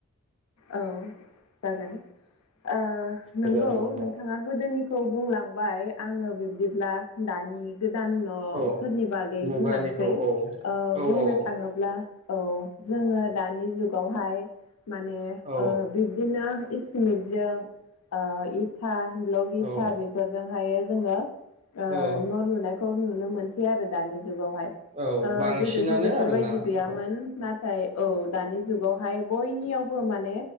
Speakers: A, on the left (about 80°); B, on the right (about 30°).
A: औ जागोन ओ नंगौ
B: होदो आरो नोंथां
A: नोंथाङा गोदोनि खौ बुंलांबाय आङो बिब्दिब्ला दानि गोदान औ‌
B: औ
A: फोरनि बागै
B: मुगानिखौ
A: बुंलांनोसै
B: औ
A: ओ
B: औ
A: बुंनो
B: औ
A: थाङोब्ला औ जोङो दानि जुगावहाय माने ओ
B: औ
A: बेबा बिदिनो इसमिटजों ओ इथा ब्लग इथा
B: औ
A: बे बिफोरजोंहायो जोङो ओ
B: औ
A: न' लुनायखौ नुनो मोनसै आरो दानि जुगावहाय ओ
B: औ बांसिनानो
A: गोदोथ' बेफोरबायदि
B: आरोना
A: गैयामोन
B: औ
A: ना औ दानि जुगावहाय बयनिआवबो माने